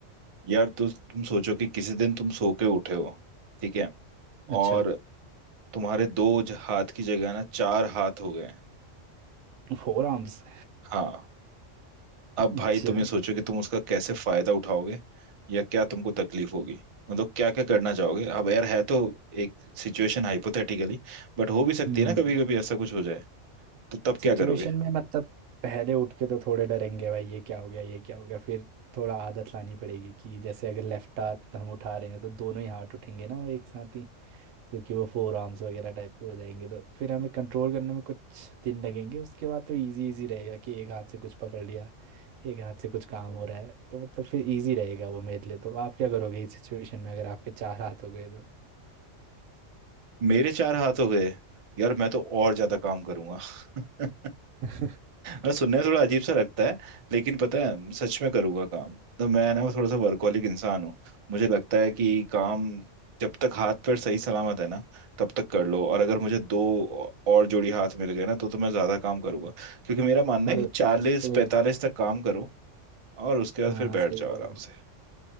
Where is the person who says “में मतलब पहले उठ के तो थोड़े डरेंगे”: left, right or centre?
Right